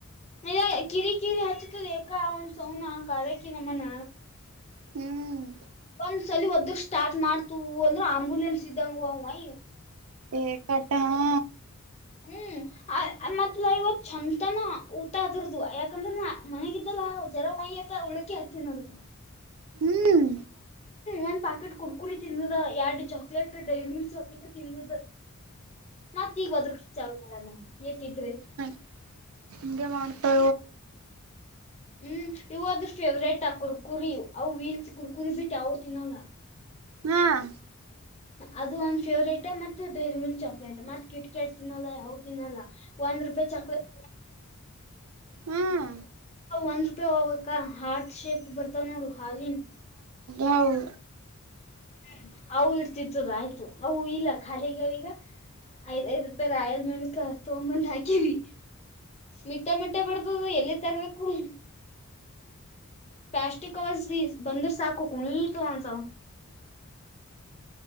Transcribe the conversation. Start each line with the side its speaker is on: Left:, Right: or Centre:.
Left: ಇಲ್ಲ ಕಿರಿ ಕಿರಿ ಹಚ್ಚತದ ಏಕ ಒಂದ್ ಸೌನಾ ಕಕಿ ನಮ್ಮನ
Right: ಹ್ಮ್
Left: ನ್ಸ್ಲ್ಲಿ ಒದ ಸ್ಟಾರ್ಟ ಮಾಡ್ತು ಅಂದ್ರೆ ಆಂಬುಲೆನ್ಸ್ ಇದ್ದಂಗ ಅವ
Right: ಹ ಕಟ ಹಾ
Left: ಹ್ಮ್ ಮತ್ತೆಲ್ಲಾ ಇವತ್ ಚಛಂತನ ಊಟ ಅದರದು ಯಾಕಂದ್ರೆ ನ ಮನೆಗಲ್ಲಾ ಚಲ ಒಯತ್ತ ಉಳಕಿ ಹಗ್ತೀ ನೋದ
Right: ಹ್ಮ್
Left: ಒಂದು ಪಾಕೆಟ್ ಕುರ್ಕುರಿ ತಿಂದದ ಎರಡು ಚಾಕ್ಲೇಟ್ ಡೈರಿ ಮಿಲ್ಕ್ ಚಾಕ್ಲೇಟ್ ತಿಂದದ ಮತ್ತ ಈಗ ಹೋದ್ರ ಚಾನ ಎತ್ತಿದ
Right: ಹ ಹಂಗಗೆ ಮಾಡ್ತಾ
Left: ಹ್ಮ್ ಇವು್ ಅದ್ರ ಫೇವ್ರೇಟ್ ಆ ಕುರ್ಕುರಿ ಅವು ವೀಲ್ತಿ ಕುರ್ಕುರಿ ಬಿಟ್ಟ ಯಾವ ತಿನ್ನಲ್ಲ
Right: ಹ್ಮ್
Left: ಅದು ಒಂದ್ ಫೇವ್ರೇಟ್ ಮತ್ ಡೈರಿ ಮಿಲ್ಕ್ ಚಾಕ್ಲೇಟ್ ಮತ್ ಕಿಟ್ಕಿಟ್ ತಿನ್ನಲ್ಲ ಯಾವು ತಿನ್ನಲ್ಲ ಒಂದು ರೂಪ ಚಾಕ್ಲೇಟ್
Right: ಹ್ಮ್
Left: ಒಂದ್ ರೂಪಾಯಿ ಹೋಗಕ್ಕ ಹಾರ್ಟ್ ಶೇಪ್ ಬರ್ತಾವ್ ನೋಡು ಹಾಗೇನು
Right: ಹಾೌ್ಮ
Left: ಹ್ಮ ಅವು ಇಡ್ತಿತ್ತದ ಆಯ್ತು ಅವು ಇಲ್ಲ ಖಾಲಿ ಆಗ್ಯಾವ ಈಗ ಐದ್ ಐದ್ ರೂಪಾಯಿ ರಾಯಲ್ ಮೇಲ್ಕ ತೊಗೊಂಡಬಂದ್ ಹಾಕಿವಿ ಮಿಟ್ಟ ಮಿಟ್ಟೆ ಬಡ್ದದ ಎಲ್ಲಿದ್ ತರಬೇಕು ಪ್ಲಾಸ್ಟಿಕ್ ಕವರ್ಸ್ ಬಂದಿರ ಸಾಕು ಕುಣಿತ ಅಸ